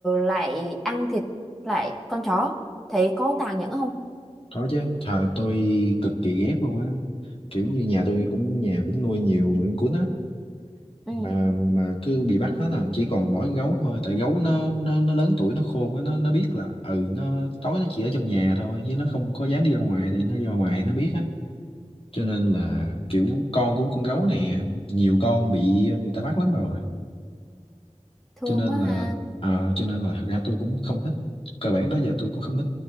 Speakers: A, in the centre; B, on the left (about 50°).
A: lại ăn thịt lại con chó, thấy có tàn nhẫn không?
B: có chứ trời tôi cực kỳ ghét luôn á kiểu như nhà tôi cũng nhà cũng nuôi nhiều anh cuốn á
A: Ừ,
B: mà mà cứ bị bắt hết à chỉ còn mỗi con gấu thôi tại gấu nó nó nó lớn tuổi nó khôn quá, nó nó biết là ừ nó tối nó chỉ ở trong nhà thôi chứ nó không có dám đi ra ngoài thì nó đi ra ngoài thì nó biết á cho nên là kiểu con của con gấu này nhiều con bị người ta bắt lắm rồi
A: thương
B: cho nên
A: quá
B: là
A: ha.
B: ờ, cho nên là thật ra tôi cũng không thích cơ bản đó giờ tôi cũng không thích